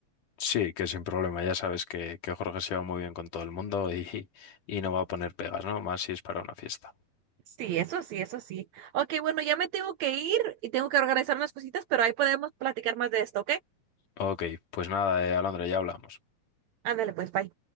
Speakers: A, on the left; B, on the right.
A: Sí, que sin problema, ya sabes que, que Jorge se va muy bien con todo el mundo y, <laughs> y no va a poner pegas, ¿no? Más si es para una fiesta.
B: Sí, eso sí, eso sí. Ok, bueno, ya me tengo que ir y tengo que organizar unas cositas, pero ahí podemos platicar más de esto, ¿ok?
A: Ok, pues nada, eh, Alondra, ya hablamos.
B: Ándale, pues, bye.